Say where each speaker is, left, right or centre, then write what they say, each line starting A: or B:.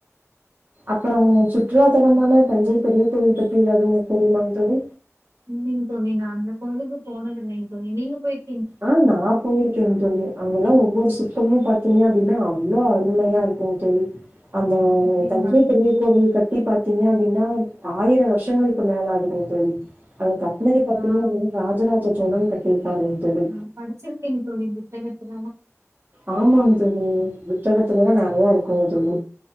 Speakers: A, on the right (about 35°); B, on the right (about 70°).
A: அப்புறம் சுற்றுலா தலமனா தஞ்சை பெரிய கோவில் பற்றி ஏதாவது உங்களுக் தெரியுமாங் தோழி
B: இல்லைங் தோழி நா அந்த கோயிலுக்கு போனதில்லைங் தோழி நீங்க போயிருக்
A: ஆ நா போயிருக்கேன் தோழி அங்கெல்லா ஒவ்வொரு சுத்தமு பாத்தீங்க அப்டின்னா அவ்ளோ அருமையா இருக்குங் தோழி அந்த
B: இல்லைங்களா
A: தந்ஜை
B: தோழி
A: பெரிய கோவில் கட்டி பாத்தீங்ப் அப்டின்னா ஆயிரோ வருஷங்களுக்கு மேல இருக்குங் தோழி அவ கட்னத பாத்தீங்கன்னா
B: ஆ
A: ராஜராஜ ஜ சோழன் கட்டியிருக்காருங் தோழி
B: ஆ படிச்சிருக்கேங் தோழி புத்தகத்துலல்லா
A: ஆமாங் தோழி இப் புத்தகத்துல எல்லா நறைய இருக்குங் தோழி